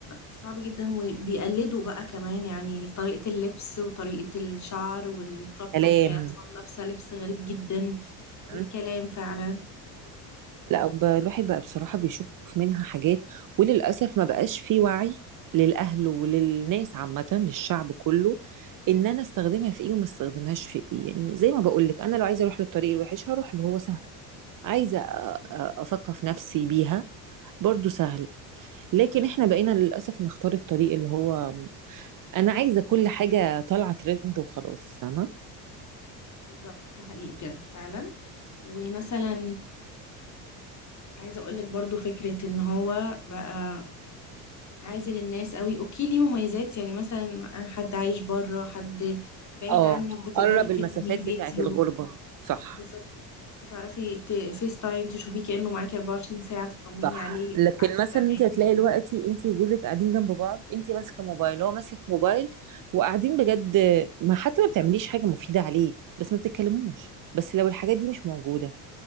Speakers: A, on the left (about 35°); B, on the right (about 45°).
A: صعب جدا وبيقلدوا بقى كمان يعني طريقة اللبس وطريقة الشعر والكروب
B: كلام
A: توب تلاقي أطفال لابسة لبس غريب جدا
B: م?
A: والكلام فعلا
B: لا ب- الواحد بقى بصراحة بيشوف منها حاجات وللأسف ما بقاش في وعي للأهل وللناس عامة للشعب كله إن أنا استخدمها في إيه وما استخدمهاش في إيه يعني زي ما بقولك أنا لو عايزة أروح للطريق الوحش هروح اللي هو سهل عايزة أ- أ- أثقف نفسي بيها برضو سهل لكن احنا بقينا للأسف نختار الطريق اللي هو أنا عايزة كل حاجة طالعة ترند وخلاص فاهمة؟
A: بالظبط ده حقيقي بجد فعلا ومثلا عايزة أقولك برضو فكرة إن هو بقى عازل الناس قوي أوكي ليه مميزات يعني مثلا حد عايش بره حد بعيد
B: اه
A: عنك بتقدري
B: قرب
A: تكلميه
B: المسافات
A: فيديو
B: بتاعت الغربة صح
A: بالظبط بتعرفي ت... فيس تايم تشوفيه كأنه معاكي 24 ساعة تطمني
B: صح
A: عليه
B: لكن
A: عكس
B: مثلا
A: زمان
B: انت هتلاقي دلوقتي انت وجوزك قاعدين جنب بعض انت ماسكه موبايل هو ماسك موبايل وقاعدين بجد ما حتى ما بتعمليش حاجه مفيده عليه بس ما بتتكلموش بس لو الحاجات دي مش موجوده